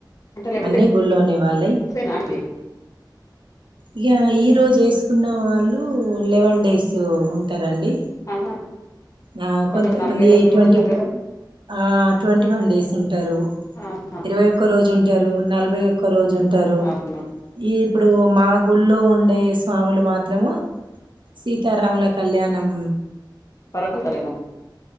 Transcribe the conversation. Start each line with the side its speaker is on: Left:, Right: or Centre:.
Left: అంటే లెవెన్
Right: అన్నీ గుళ్ళోని వాళ్ళై
Left: డేస్ ఏనా అండి
Right: ఇక ఈ రోజు వేసుకున్న వాళ్ళు లెవెన్ డేస్ ఉంట రండి
Left: ఆహా
Right: ఆ కొంతమంది
Left: కొందరు నలభై రోజులు
Right: ట్వంటీ
Left: కూడా ఉంటారు కదా
Right: ఆ ట్వంటీ వన్ డేస్ ఉం టారు
Left: ఆహా
Right: ఇరవై ఒక్క రోజు ఉం ారు నలభై ఒక్ రోజు ఉంటారు
Left: అవునా
Right: ఈప్ ఇప్పుడు మా గుళ్ళో ఉండే స్వాములు మాత్రము సీతారాముల కళ్యాణం
Left: పడకుంటదేమో